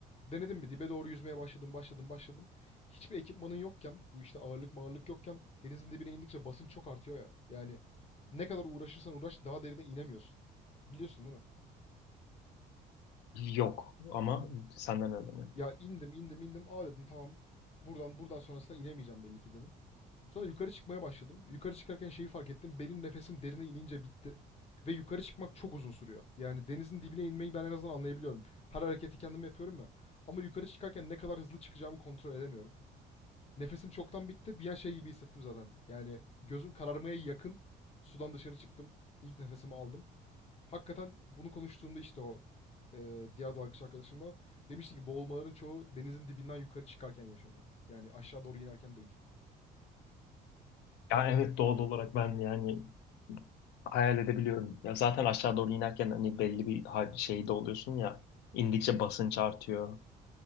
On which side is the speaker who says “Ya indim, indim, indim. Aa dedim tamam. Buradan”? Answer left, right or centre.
Left